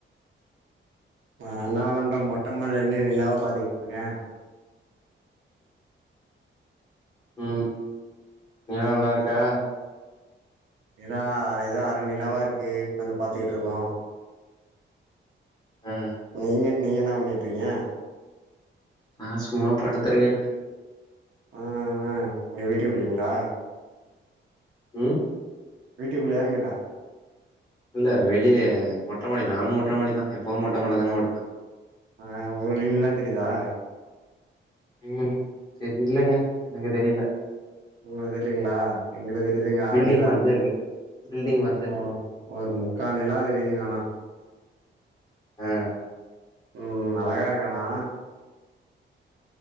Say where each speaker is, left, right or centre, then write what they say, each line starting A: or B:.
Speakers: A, on the right (about 65°); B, on the left (about 20°).
A: நா என்ன பண்றே மொட்ட மாடில நின்னு நிலாவ பாத்துக்கிட்டுருக்கே
B: ம் நிலா நல்லா இருக்கா
A: ஏன்னா அ ஏதோ அரை நிலாவா இருக்கு வந்து பாத்துத்துட்டு இருக்கோம்
B: ஆ
A: நீங்க நீங்க என்ன பண்ணிட்ருக்கீங்க
B: ஆ சும்மா படுத்துருக்கே
A: ம் ம் எங்க வீட்டுக்குள்ளைங்களா
B: ம்
A: வீட்டுக்குள்ளேயானு கேட்ட
B: இல்ல வெளியே மொட்ட மாடி நானும் மொட்ட மாடி தான் எப்வும் மொட்ட மாடியிலதாங்க படுப்பேன்
A: ஆ உங்களுக்கு நிலா தெரிதா
B: ம் செரி இல்லங்க எனக்கு தெரில
A: உங்களுக்கு தெரிலீங்களா எங்களுக்கு தெரியுதுங்க அர
B: பில்டிங்
A: நிலா
B: மறச்சிருக்கு பில்டிங் மறச்சிருக்கு
A: ஓ ஒரு முக்கால் நிலா தெரியுதுங்க ஆனா
B: ஆ
A: ம் ம் அழகா இருக்கேனா